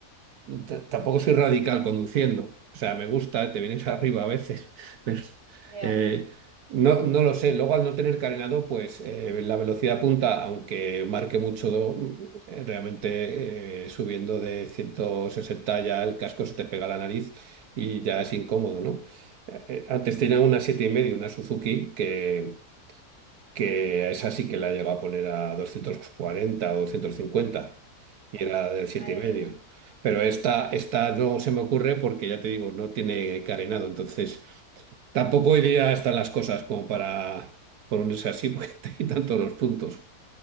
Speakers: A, on the right (about 75°); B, on the right (about 45°).
A: t- tampoco soy radical conduciendo. O sea, me gusta, te vienes <laughs> arriba a veces, <laughs> pero
B: ya.
A: eh, no, no lo sé. Luego, al no tener carenado, pues eh, la velocidad punta, aunque marque mucho, do- eh, realmente eh, subiendo de 160 ya el casco se te pega a la nariz y ya es incómodo, ¿no? Eh, eh, antes tenía una siete y medio, una Suzuki, que que esa sí que la llegó a poner a 240, o 250 y
B: Uf,
A: era de siete
B: madre
A: y medio.
B: mía.
A: Pero esta, esta no se me ocurre porque ya te digo, no tiene carenado, entonces tampoco hoy día están las cosas como para ponerse así porque <laughs> te quitan todos los puntos.